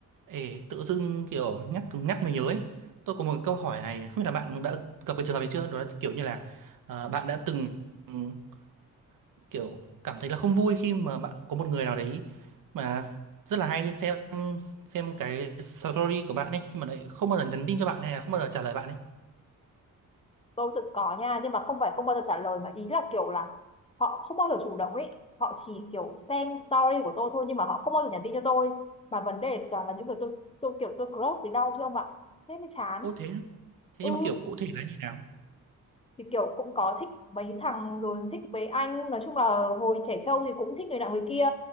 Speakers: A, on the right; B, on the left.
A: Ê, tự dưng kiểu nhắc nhắc mình nhớ ấy tôi có một câu hỏi này không biết là bạn đã gặp cái trường hợp này chưa đó là kiểu như là ờ, bạn đã từng ừm, kiểu cảm thấy là không vui khi mà bạn có một người nào đấy mà rất là hay xem xem cái story của bạn ấy nhưng mà lại không bao giờ nhắn tin cho bạn hay là không bao giờ trả lời bạn ấy
B: tôi tự có nha nhưng mà không phải không bao giờ trả lời mà ý là kiểu là họ không bao giờ chủ động ấy họ chỉ kiểu xem story của tôi thôi nhưng mà họ không bao giờ nhắn tin cho tôi mà vấn đề toàn là những người tôi tôi kiểu tôi crush thì đau chứ không ạ thế mới chán
A: ô thế á? thế
B: ừ
A: nhưng mà kiểu cụ thể là như nào
B: thì kiểu cũng có thích mấy thằng rồi thích mấy anh nói chung là hồi trẻ trâu thì cũng thích người nào người kia